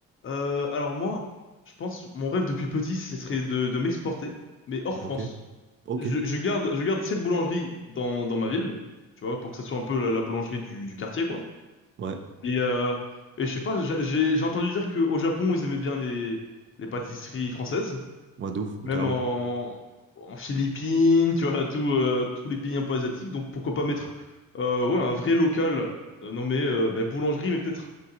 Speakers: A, on the left; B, on the right.
A: Euh, alors moi, je pense mon rêve depuis petit, ce serait de de m'exporter, mais hors
B: Ok,
A: France.
B: ok,
A: Je, je garde je garde cette boulangerie dans dans ma ville, tu vois, pour que ça soit un peu la, la boulangerie du du quartier quoi.
B: ouais,
A: Et, euh, et je sais pas, j'a- j'ai j'ai entendu dire qu'au Japon, ils aimaient bien les, les pâtisseries françaises,
B: ouais, de ouf,
A: même
B: carrément.
A: en, en Philippines, tu vois, tout, euh, tous les pays un peu asiatiques. Donc pourquoi pas mettre euh, ouais, un vrai local euh, nommé euh, bah, boulangerie, mais peut-être